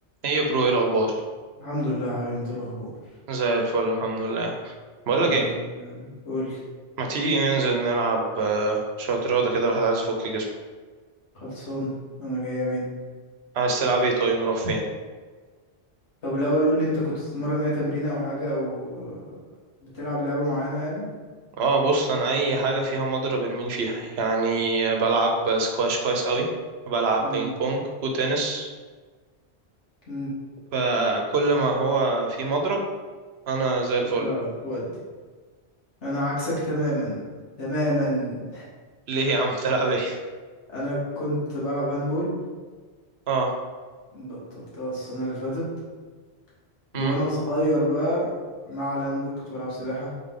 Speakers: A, on the right; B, on the left.
A: ايه يا برو ايه الاخبار
B: الحمد لله حبيبي انت ايه الاخبار
A: زي الفل الحمد لله بقول
B: الحمد
A: لك ايه
B: لله قول لي
A: ما تيجي ننزل نلعب آه، شويه رياضه كده الواحد عايز يفك جسمه
B: خلصان انا جايه مني
A: عايز تلعب ايه طيب نروح فين
B: طب الاول قول لي انت كنت بتتمرن اي تمرين او حاجه او بتلعب لعبه معينه يعني
A: اه بص انا اي حاجه فيها مضرب ارميني فيها يعني آه، بلعب سكواش كويس قوي بلعب
B: امم
A: بينج بونج وتنس
B: امم
A: فكل ما هو في مضرب انا زي الفل
B: لا، تودي انا عكسك تماما تماما
A: ليه يا عم <laughs> تلعب ايه
B: <laughs> انا كنت بلعب هاندبول
A: اه
B: بطلتها السنه اللي فاتت وانا
A: امم
B: صغير بقى مع الهاندبول كنت بلعب سباحه